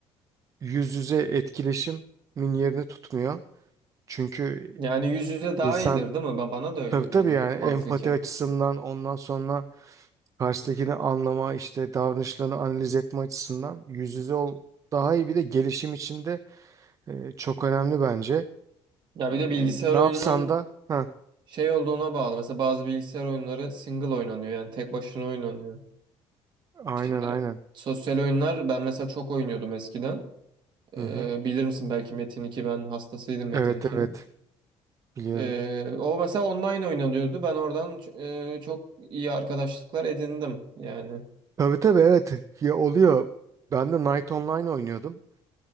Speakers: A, on the right; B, on the right.
A: yüz yüze etkileşimin yerini tutmuyor. Çünkü
B: Yani yüz yüze daha
A: insan
B: iyidir değil mi? Ba- Bana da öyle
A: Tabii
B: geliyor
A: tabii yani
B: mantıken.
A: empati açısından ondan sonra karşıdakini anlama işte davranışlarını analiz etme açısından yüz yüze ol daha iyi bir de gelişim içinde çok önemli bence.
B: Ya
A: Yani
B: bir de bilgisayar
A: ne
B: oyununun
A: yapsan da ha
B: Şey olduğuna bağlı. Mesela bazı bilgisayar oyunları single oynanıyor. Yani tek başına oynanıyor.
A: aynen
B: Şimdi
A: aynen.
B: sosyal oyunlar ben mesela çok oynuyordum eskiden. Ee,
A: Hı hı.
B: bilir misin belki Metin 2 ben hastasıydım Metin
A: Evet
B: 2'nin.
A: evet biliyorum.
B: Ee, o mesela online oynanıyordu. Ben oradan ç- e, çok iyi arkadaşlıklar edindim yani.
A: Tabii tabii evet ya oluyor. Ben de Night Online oynuyordum.